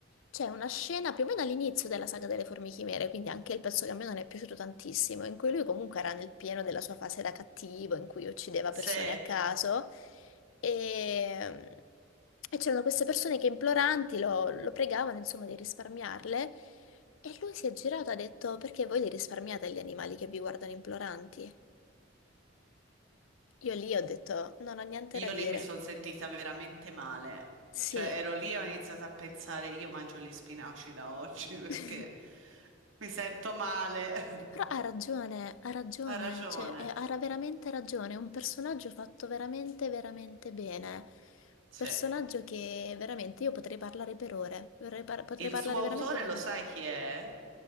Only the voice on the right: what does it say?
Se
io
lì mi sono sentita veramente male,
cioè ero lì e ho iniziato a pensare, io mangio gli spinaci da oggi <laughs> perché
mi sento male.
<laughs>
Ha ragione.
Sì.
Il
suo autore
lo
sai chi è?